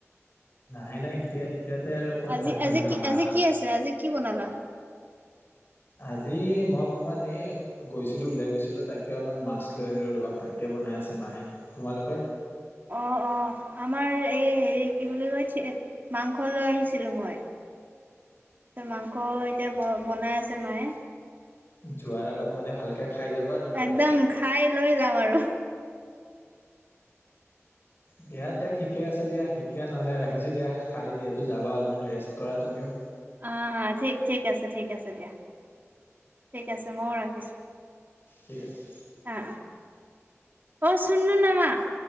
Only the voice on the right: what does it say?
আজি
আজি
কি আজি কি আছে আজি কি বনালা
অ অ আমাৰ এই হেৰি কি বুলি কয় মাংস লৈ আহিছিলোঁ মই তাৰপিছত মাংস এতিয়া ব বনাই আছে মায়ে
একদম খাই লৈ যাম আৰু
হ হা ঠিক ঠিক আছে ঠিক আছে দিয়া ঠিক আছে ময়ো ৰাখিছোঁ
অ' অ' অ শন্ন ন ম <inaudible>